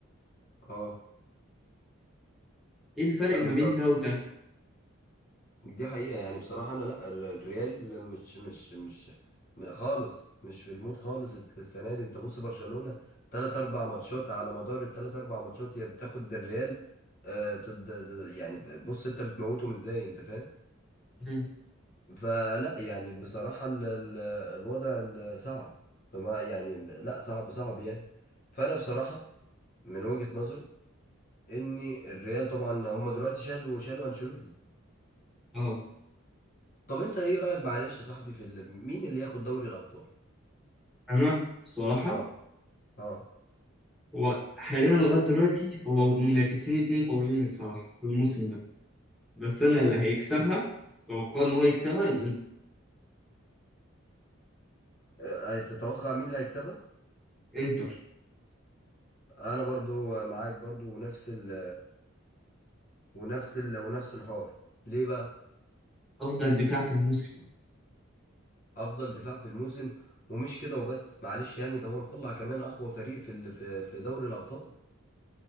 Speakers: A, on the left (about 45°); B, in the centre.
A: اه
B: إيه الفرق
A: لا
B: ما
A: بصراحة
B: بين ده وده؟
A: دي حقيقة يعني بصراحة انا لا الر- الريال مش مش مش م- خالص مش في المود خالص الس- السنة دي انت بص برشلونة تلات اربع ماتشات على مدار التلات اربع ماتشات يا بتاخد الريال آه تد... يعني بص انت بتموتهم ازاي انت فاهم
B: مم.
A: فلا يعني بصراحة ال ال الوضع ال- صعب فما يعني لا صعب صعب يعني فأنا بصراحة من وجهة نظري إن الريال طبعا هم دلوقتي شالوا شالوا أنشيلوتي
B: اه
A: طب أنت إيه رأيك معلش يا صاحبي في ال- مين اللي ياخد دوري الأبطال؟
B: انا الصراحه
A: أه أه
B: هو حاليا لغايه دلوقتي هو منافسين اتنين قويين الصراحه في الموسم ده بس انا اللي هيكسبها اتوقع ان هو يكسبها الانتر
A: أه، تتوقع مين اللي هيكسبها؟
B: انتر
A: أنا برضو معاك برضو ونفس ال ونفس ال ونفس الحوار ليه بقى؟
B: افضل دفاع في الموسم
A: افضل دفاع في الموسم ومش كده وبس معلش يعني ده هو مطلع كمان اقوى فريق في ال- في في دوري الابطال